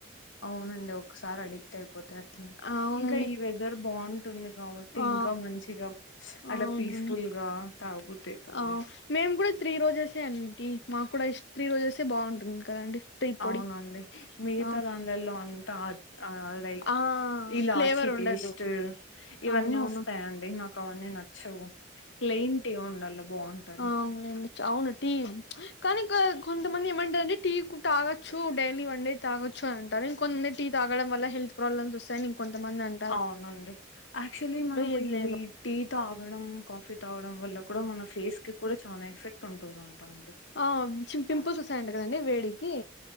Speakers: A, on the left; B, on the left.
A: అవునండి ఒకసారి అడిక్ట్ అయిపోతే అట్లే
B: అవునండి
A: ఇంకా ఈ వెదర్ బావుంటుంది కాబట్టి
B: ఆ
A: ఇంకా మంచిగా అట్లా
B: అవునండి
A: పీస్ఫుల్ గా తాగబుద్ధి అయితాంది.
B: ఆ మేము కూడా త్రీ రోజెసే అండి మాకు కూడా ఈ త్రీ రోజెస్యే బాగుంటుంది కదండి టీ పొడి
A: అవునండి మిగతా
B: ఆ
A: దానిలల్లో అంతా ఆ ఆ లైక్
B: ఆ
A: ఇలాచి
B: ఫ్లేవర్ ఉండదు
A: టెస్టు ఇవన్నీ
B: అవునవును
A: వస్తాయండి నాకవన్నీ నచ్చవు ప్లెయిన్ టీ ఉండాల్ల బావుంటది.
B: అవునండి చాలా టీ కానీ ఇక కొంతమంది ఏమంటారంటే టీ తాగొచ్చు డైలీ వన్ డే తాగొచ్చు అని అంటారు ఇంకొంత్ టీ తాగడం వల్ల హెల్త్ ప్రాబ్లమ్స్ వస్తాయనీ ఇంకొంతమంది అన్
A: అవునండి యాక్చువలీ మనం
B: ఏది
A: ఇవి
B: లేదో
A: ఈ టీ తాగడం కాఫీ తాగడం వల్ల కూడా మన ఫేస్ కి కూడా చానా ఎఫెక్ట్ ఉంటుందం అంటండి
B: ఆ చి పింపుల్స్ వస్తాయంట కదండి వేడికి